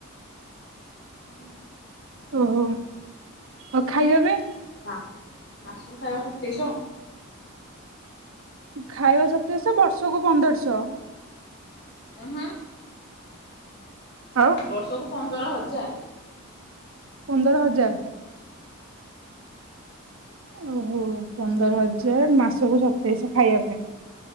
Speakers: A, on the left; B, on the right.
A: ହଁ।
B: ଓହୋ ଆଉ ଖାଇବା ପାଇଁ।
A: ନା ମାସୁ ଖାଇବା ଶତେଇଶ।
B: ଖାଇବା ସତ ସେ ବର୍ଷକୁୁ ପନ୍ଦରଶହ।
A: ଓ ହୁ।
B: ଆଉ
A: ବର୍ଷକୁ ପନ୍ଦର ହଜାର।
B: ପନ୍ଦର ହଜାର। ଓହୋ ପନ୍ଦର ହଜାର ମାସକୁୁ ସତେଇଶ ଖାଇବା ପାଇଁ।